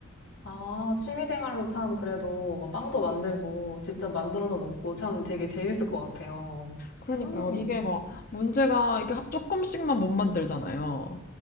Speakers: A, on the left; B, on the left.
A: 아, 취미생활로 참 그래도 막 빵도 만들고 직접 만들어서 먹고 참 되게 재밌을 것 같아요.
B: 그러니까
A: 음,
B: 이게 막 문제가 이게 조금씩만 못 만들잖아요.